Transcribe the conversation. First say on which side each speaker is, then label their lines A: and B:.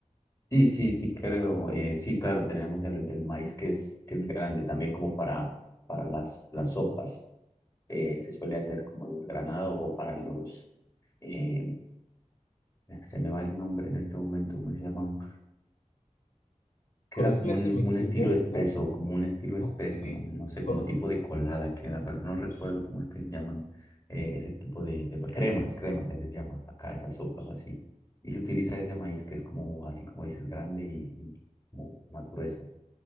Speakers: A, on the left (about 20°); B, on the left (about 70°).
A: Sí, sí, sí, creo. eh, sí, claro, tenemos el, el maíz que es, que es grande también como para, para las, las sopas. eh, se suele hacer como desgranado o para los... eh, se me va el nombre en este momento, ¿cómo se llaman?
B: Corrígeme
A: Queda como un,
B: si me
A: un
B: equivoco.
A: estilo espeso, como un estilo
B: Ok.
A: espeso, no, no sé,
B: Co-
A: como tipo de colada queda, pero no recuerdo cómo es que se llaman eh, ese tipo de, de cremas, cremas se les llama acá, a esas sopas o así. Y se utiliza ese maíz que es como, así como dices, grande y y como más grueso.